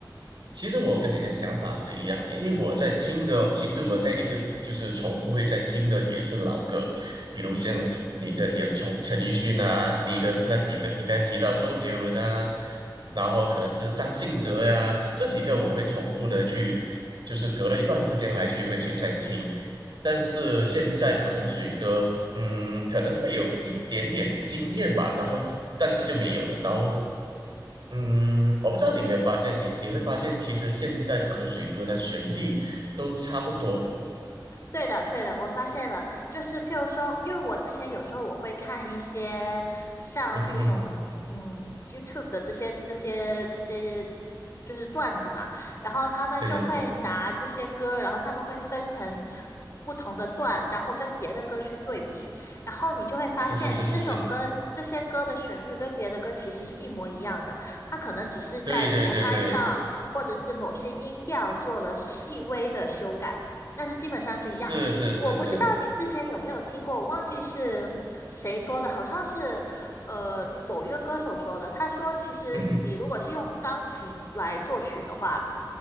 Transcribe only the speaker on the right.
其实我跟你的想法是一样的因为我在听的，其实我在一直就是重复会在听的也是老歌，比如像你的也从陈奕迅啊，
你的那几个，你刚才提到周杰伦啊，然后可能是张信哲呀、这几个我会重复的去，就是隔了一段时间还去会去再听，但是现在的口水歌，嗯，可能会有一点点惊艳吧，然后但是就没有了，然后。嗯，我不知道你有没有发现，你你会发现，其实现在的口水歌的旋律都差不多。
嗯哼哼，
对对对对，
是是是是是，
对对对对，
是是是是，
嗯哼